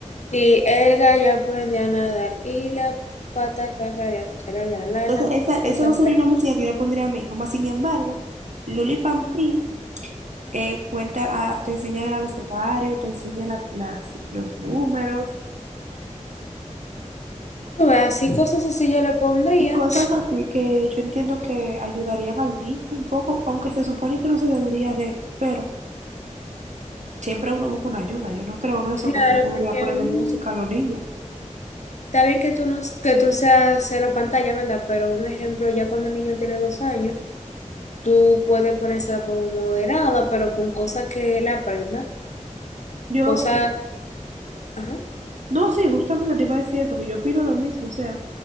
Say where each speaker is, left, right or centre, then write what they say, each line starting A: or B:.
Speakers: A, on the left; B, on the right.
A: Y el gallo aprendió a nadar y la pata cacarear, será la lana,
B: Entonces, esa,
A: tan,
B: esa
A: tan,
B: no sería
A: pero
B: una música que yo le pondría a mi hijo. Más sin embargo, Luli Pampín eh, cuenta, ah, te enseña el abecedario, te enseña la- las, los números,
A: tú ves, así cosas así yo le pondría.
B: Y cosas así que yo entiendo que ayudarían al niño un poco, aunque se supone que no se debería de, pero siempre uno busca una ayuda. Yo no creo en eso
A: Claro,
B: que tú deberías
A: porque
B: ponerle
A: un-
B: música a los niños.
A: está bien que tú, no, que tú seas cero pantalla, ¿verdad? Pero un ejemplo, ya cuando el niño tiene dos años, tú puedes ponérsela como moderada, pero con cosas que él aprenda.
B: Yo,
A: Cosas,
B: opi-
A: ajá,
B: no, sí, justamente te iba a decir eso, que yo opino lo mismo. O sea,